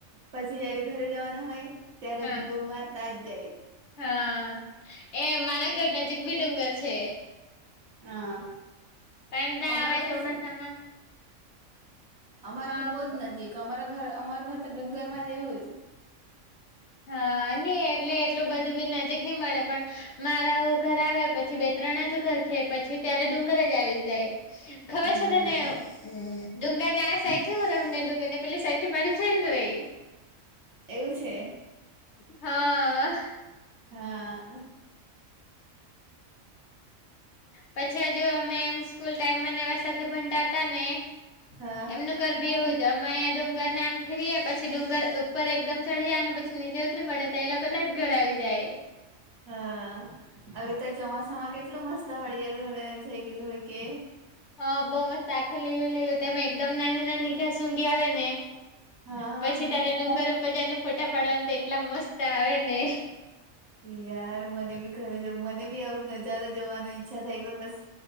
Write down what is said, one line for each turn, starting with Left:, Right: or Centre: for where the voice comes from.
Right: પછી જયારે ઘરે જવાનું હોય ત્યારે
Left: હા
Right: બી બોમ વારતા જ જાય.
Left: હા એ મારા ઘર નજીક બી ડુંગર છે.
Right: હા
Left: પધા
Right: અમારે
Left: <inaudible> આવે
Right: તો
Left: ચોમાસામાં-
Right: પછી અમાર
Left: હા
Right: તો બહુ જ નજીક અમારા ઘર અમારું ઘર તો ડુંગર માં જ એવું જવ
Left: હા નઈ એટલે એટલું બધું બી નજીક નહી મળે પણ મારા એવું ઘર આવે પછી બે ત્રણ જ ઘર છે પછી ત્યારે ડુંગર જ આવી જાય. ખબર
Right: હમ
Left: છે તને? ડુંગાને આ સાથી હો રમ ને ડુંગા ને પેલી સાથી મારી ફેડઈ
Right: એવું છે?
Left: હા
Right: હા
Left: પછી હજુ અમે એ સ્કૂલ ટાઈમ સાથે ભણતા હતા ને
Right: હા
Left: એમનું ડુંગર બેવું જ અમે અ્યાં ડુંગર નામ થી રએ પછી ડુંગર ઉપર એકદમ ચઢ જયાનું પછી નીચે ઉતરી પડે તો એ લોકોને જ ઘર આવી જાય.
Right: હ હવે તો ચોમાસામાં કેટલું મસ્ત હળિયાળુ હરિયાળ થઈ ગયેલું હોય કે?
Left: હા બહઉ મસ્ત આખું લીલું લીલું તમે એકદમ નાની નાની ઘાાસૂઘી આવે ને?
Right: હા હા
Left: પછી તારે ડુંગર ઉપર જને ફોટા પાડવાને તો એટલા મસ્ત આવે ને
Right: યાર મને બી ઘરે જ મને બી આવું નજારો જોવાની ઈચ્છા થાય, એકદમ બસ